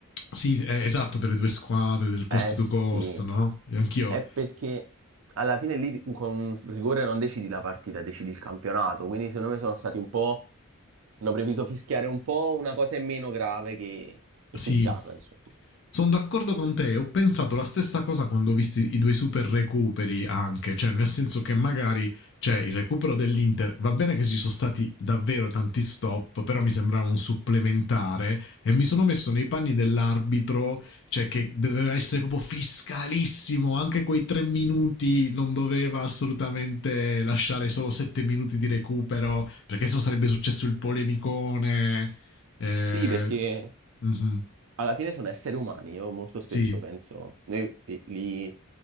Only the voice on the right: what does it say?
Eh
sì,
è perché alla fine lì di- con un rigore non decidi la partita, decidi il campionato. Quindi secondo me sono stati un po'... hanno preferito fischiare un po' una cosa in meno grave che, che
fischiarla, insomma.
Sì, perché...
alla fine sono esseri umani. Io molto spesso
penso, noi li,